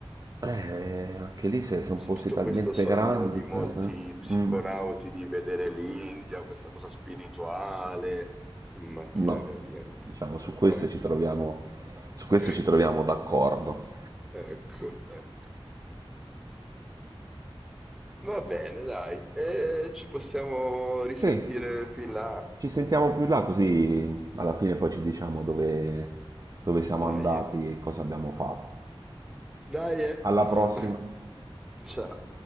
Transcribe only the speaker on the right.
Eh, anche lì se sono
posti
talmente
grandi
che... eh,
mm,
no,
diciamo, su
questo ci troviamo, su questo
ci troviamo d'accordo.
Sì.
Ci sentiamo più là così alla fine poi ci diciamo dove, dove siamo
andati
e cosa abbiamo fatto.
Alla prossima!